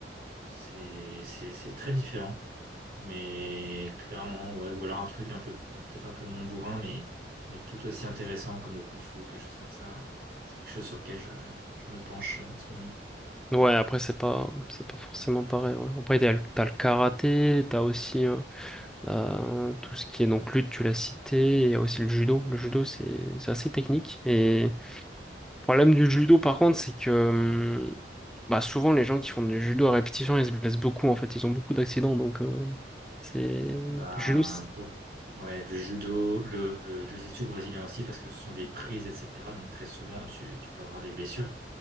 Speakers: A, on the right; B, in the centre.
A: c'est c'est c'est très différent. Mais clairement, ouais, ou alors un truc un peu plus, un- peut-être un peu moins bourrin, mais, mais tout aussi intéressant comme le kung-fu, quelque chose comme ça. C'est quelque chose sur lequel je, je me penche euh, en ce moment.
B: Ouais, après, c'est pas, c'est pas forcément pareil. ouais. Après, t'as le, t'as le karaté, t'as aussi euh, euh, tout ce qui est donc lutte, tu l'as cité, et il y a aussi le judo. Le judo, c'est c'est assez technique. Et le problème du judo, par contre, c'est que euh, bah, souvent, les gens qui font du judo à répétition, ils se blessent beaucoup, en fait. Ils ont beaucoup d'accidents, donc euh, c'est... Le
A: Bah,
B: judo, c'est-
A: bon, ouais, le judo, le, le jiu-jitsu brésilien aussi, parce que ce sont des prises, etc. Donc très souvent, tu, tu peux avoir des blessures.